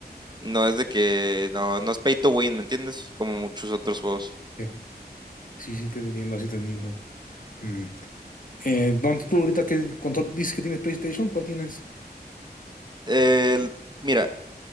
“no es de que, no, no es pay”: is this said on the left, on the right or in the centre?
Right